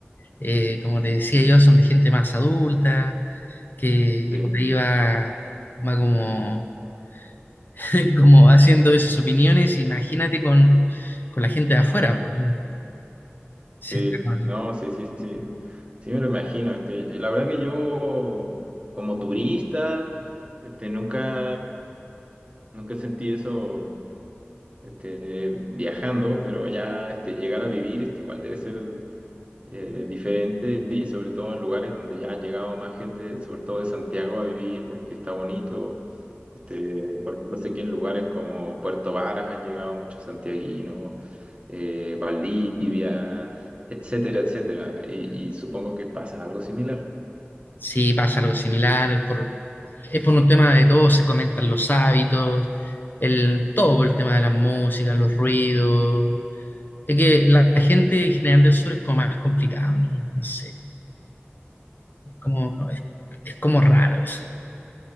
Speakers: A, on the left; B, on the right.
A: eh, como te decía yo, son de gente más adulta, que, que
B: Sí,
A: por ahí va, va como <laughs> como haciendo esas opiniones, imagínate con, con la gente de afuera. po. Si
B: sí,
A: está con-
B: no, sí, sí, sí, sí me lo imagino, este, y la verdad que yo, como turista, este, nunca, nunca sentí eso este, viajando, pero ya este, llegar a vivir este, igual debe ser eh, diferente y sobre todo en lugares donde ya han llegado más gente, sobre todo de Santiago, a vivir porque está bonito. Este, por ejemplo, sé que en lugares como Puerto Varas han llegado muchos santiaguinos, eh, Valdivia, etcétera, etcétera. Y, y supongo que pasa algo similar.
A: si pasa algo similar, por, es por un tema de todo, se comentan los hábitos, el, todo por el tema de la música, los ruidos. Es que la gente en general del sur es como más complicado, ¿no? No sé, como, no, es, es como raro eso.